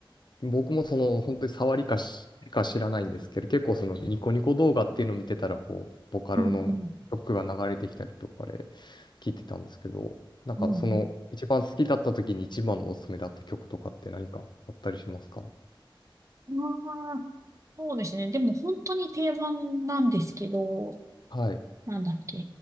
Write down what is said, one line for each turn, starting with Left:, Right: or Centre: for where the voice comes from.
Left: 僕もその本当に触りかしか知らないんですけど、結構そのニコニコ動画っていうのを見てたら、こう、ボカロの曲が流れてきたりとかで
Right: うんうん。
Left: 聞いてたんですけど、なんかその一番好きだった時に一番のおすすめだった曲とかって何かあったりしますか
Right: うんうん。ああ、そうですね。でも本当に定番なんですけど、
Left: はい。
Right: なんだっけ。